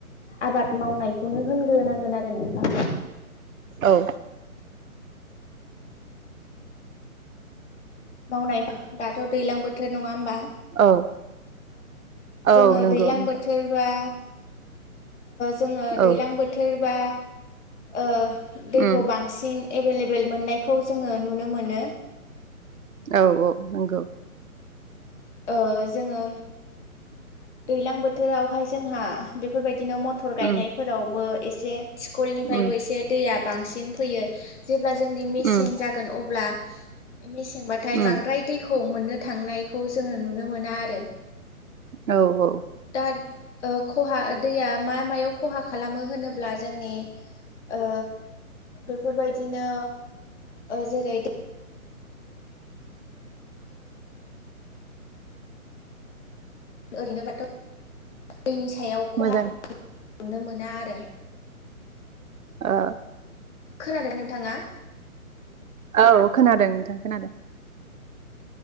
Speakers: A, on the left; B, on the right.
A: आबाद मावनायखौनो होनग्रोनांगोन आरो नोंथां।
B: औ
A: मावनाय दाथ' दैज्लां बोथोर नङा होमबा
B: औ औ
A: जोङो
B: नंगौ
A: दैज्लां
B: नोंथां
A: बोथोर बा जोङो दैज्लां
B: औ
A: बोथोर बा ओ दैखौ
B: उम
A: बांसिन एभेलेबेल मोननायखौ जोङो नुनो मोनो।
B: औ औ नंगौ।
A: ओ जोङो दैलां बोथोरावहाय जोंहा बेफोरबायदि बिदिनो मथर गायनायफोरावबो
B: उम
A: से स्कुलनिफ्रायबो
B: उम
A: एसे दैया बांसिन फैयो जेब्ला जोंनि मेसें
B: उम
A: जागोन अब्ला मेसें बाथाय
B: उम
A: बांद्राय दैखौ मोननो थांनायखौ जोङो नुनो मोन आरो
B: औ औ
A: दा खहा दैया मा मायाव खहा खालामो होनोब्ला जोंनि ओ बेफोरबायदिनो ओ जेरै ओरैनो बाथ' दैनि सायाव खहा
B: मोजां
A: जोबनो मोना आरो
B: ओ
A: खोनादों नोंथाङा
B: औ खोनादों नोंथां खोनादों